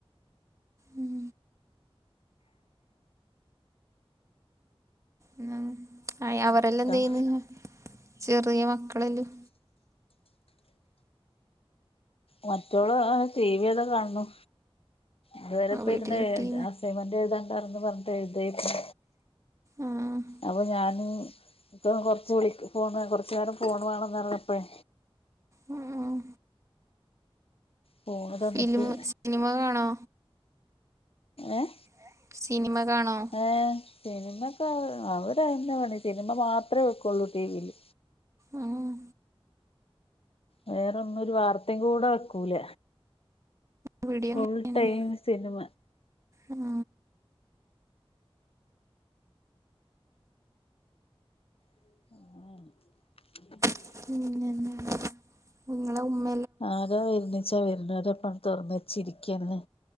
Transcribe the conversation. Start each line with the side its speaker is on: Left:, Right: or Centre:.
Right: ഉം ഉം ന്നാ അയാ അവരെല്ലാം
Left: എന്താ
Right: എന്തെയ്യ്ന്ന് ചെറിയ മക്കളെല്ലോം
Left: മറ്റോള് ആഹ് ആഹ് ടീവിയതാ കാണുന്നു ഇതുവരെ ഇപ്പം
Right: വീട്ടിലിട്ട്
Left: ഇരുന്ന് എഴുതാ അ സൈമെന്റ് എഴ്താണ്ട് <unintelligible> പറഞ്ഞിട്ട് എഴുതേര്ന്നു
Right: ആ
Left: അപ്പോ ഞാന് ഇപ്പം കൊറച്ച് വിളി ഫോണ് കൊറച്ച് നേരം ഫോണ് വേണന്നർഞ്ഞപ്പഴേ
Right: ഉം
Left: ഫോണ് തന്നിട്ട്
Right: ഫിലിമ് സ്നിമ കാണോ?
Left: ഏഹ്
Right: ഏഹ് സിനിമ കാണോ?
Left: ഏഹ് സിനിമക്കെ അവടെ അയെന്നെ പണി സിനിമ മാത്രെ വെക്കുള്ളൂ ടീവില്
Right: ഉം
Left: വേറോന്നും ഒരു വാർത്തിം കൂടെ വെക്കൂല
Right: ഇവിടെയും അങ്ങനെന്നെ
Left: ഫുൾ ടൈമ് സിനിമ
Right: ഉം
Left: <unintelligible>
Right: പിന്നെ <inaudible> നിങ്ങളെ ഉമ്മ
Left: ആരാ വെര്ണച്ചാ വെര്ന്നോരപ്പം തൊറന്നച്ചിരിക്കന്നെ